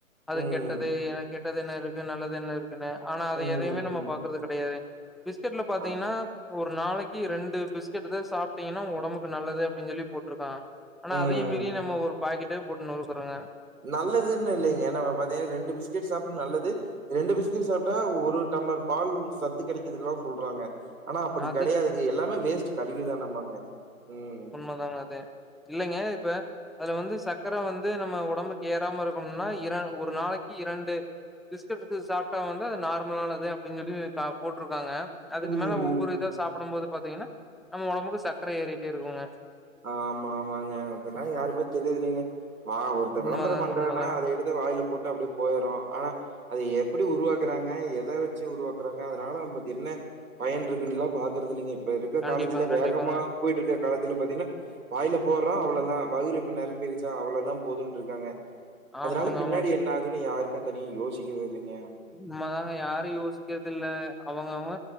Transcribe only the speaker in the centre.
அது
கெட்டது ஏ கெட்டதுன்னு இரு எது நல்லது என்ன இருக்குன்னு ஆனா அத
எதையுமே நம்ம பாக்குறது கெடையாது பிஸ்கட்ல பாத்தீங்கின்னா
ஒரு நாளைக்கி ரெண்டு பிஸ்கெட்டு தா சாப்ட்டீங்கன்னா ஒடம்புக்கு நல்லது அப்டின் சொல்லி போட்டுருக்கா ஆனா
அதையு மீறி நம்ம ஒரு பாக்கெட்டே போட்டு நெருக்குறோங்க
அது
அதாங்க அதே இல்லேங்க இப்ப அதுல வந்து சக்கர வந்து நம்ம உடம்புக்கு ஏறாம இருக்கணும்னா இர ஒரு நாளைக்கி இரண்டு பிஸ்கட் டுத்து சாப்ட்டா வந்து அது நார்மலானது அப்டின் சொல்லி அ போட்டுருக்காங்க அதுக்கு
மேல ஒவ்வொரு
இதோ சாப்புடும் போது பாத்தீங்கென்னா நம்ம ஒடம்புக்கு சக்கரை ஏறிட்டே இருக்குங்க
உண்மதாங்க
உண்மதாங்க
கண்டிப்பாங்க
கண்டிப்பாங்க
ஆமாங்க
ஆமாங்க
நம்மதாங்க யாரு யோசிக்கறது இல்ல அவங்கவங்க